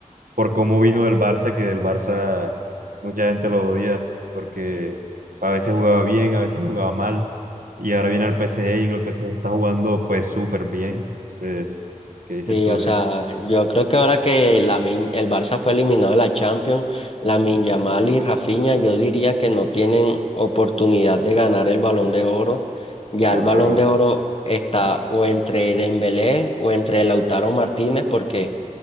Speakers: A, on the right (about 80°); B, on the left (about 45°).
A: por cómo vino del Barça, que del Barça mucha gente lo odia, porque a veces jugaba bien, a veces jugaba mal, y ahora viene al PSG y en el PSG está jugando pues súper bien. Entonces, ¿qué dices
B: Sí,
A: tú
B: o
A: de
B: sea,
A: eso?
B: yo creo que ahora que Lamin- el Barça fue eliminado de la Champions, Lamine Yamal y Rafinha, yo diría que no tienen oportunidad de ganar el Balón de Oro. Ya
A: Claro,
B: el Balón de Oro está o entre Dembélé o entre Lautaro Martínez, porque